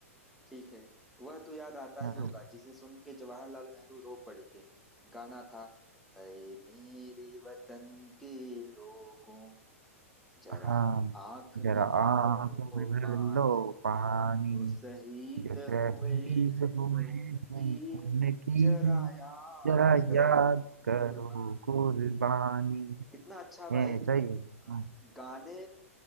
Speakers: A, in the centre; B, on the right.
A: ठीक है वह तो याद आता
B: अ,
A: ही होगा जिसे सुन के जवाहरलाल नेहरू रो पड़े थे गाना था ऐ मेरे वतन के लोगों जरा
B: हाँ
A: आंख
B: जरा
A: में भर
B: आंखों
A: लो
B: में भर
A: पानी
B: लो पानी
A: जो शहीद
B: जो शहीद
A: हुए हैं
B: हुए हैं
A: उनकी
B: उनकी
A: जरा याद
B: जरा
A: करो
B: याद
A: कुर्बान
B: करो कुर्बानी
A: कितना अच्छा
B: हम्म
A: भाई
B: सही है
A: अ,
B: हाँ
A: गाने